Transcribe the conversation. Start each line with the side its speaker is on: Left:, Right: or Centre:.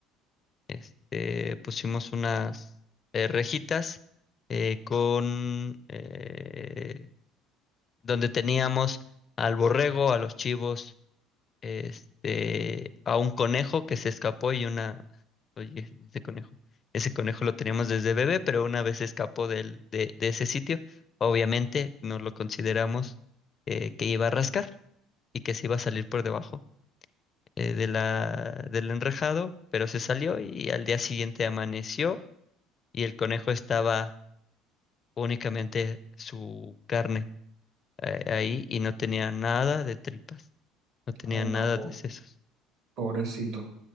Left: Este, pusimos unas eh, rejitas eh, con eh, donde teníamos al borrego, a los chivos, este, a un conejo que se escapó y una, oye, ese conejo, ese conejo lo teníamos desde bebé, pero una vez se escapó del, de, de ese sitio, obviamente nos lo consideramos eh, que iba a rascar y que se iba a salir por debajo eh, de la, del enrejado, pero se salió y al día siguiente amaneció y el conejo estaba únicamente su carne eh, ahí y no tenía nada de tripas, no tenía
Right: Ay,
Left: nada
Right: no, po-
Left: de sesos.
Right: pobrecito.